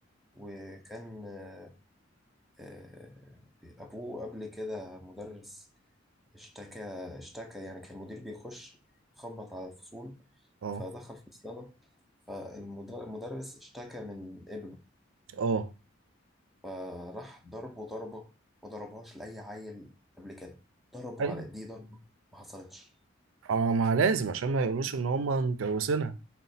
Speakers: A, in the centre; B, on the right.
A: وكان آه، آه، أبوه قبل كده مدرس اشتكى اشتكى يعني كان المدير بيخش يخبط على الفصول
B: اه
A: فدخل فصلنا فالمدرس اشتكى من ابنه
B: اه
A: فراح ضربه ضربة ما ضربهاش لأي عيل قبل كده ضربه
B: أيوة.
A: على ايديه ضربة ما حصلتش
B: اه ما لازم عشان ما يقولوش إن هما مجوزينها